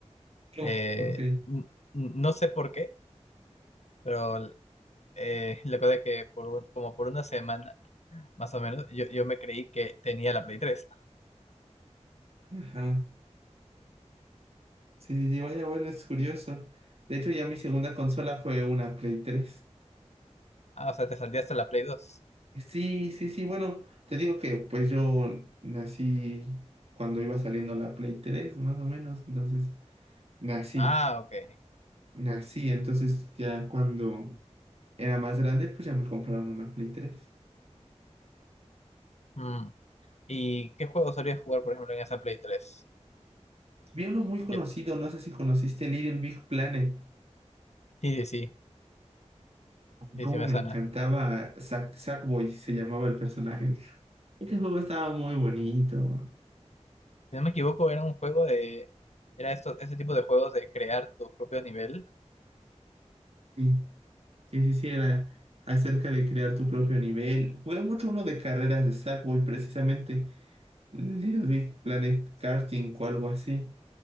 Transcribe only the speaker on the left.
Eh,
n- n- no sé por qué, pero eh, <laughs> lo que pasa es que por un- como por una semana, más o menos, yo, yo me creí que tenía la Play tres
Ah, o sea, te salía hasta la Play dos
Ah, ok.
Mm. ¿Y qué juego solías jugar, por ejemplo, en esa Play tres
Yo-
sí, sí, sí, sí,
sí me
sana.
Si no me equivoco, era un juego de... Era esto, este tipo de juegos de crear tu propio nivel,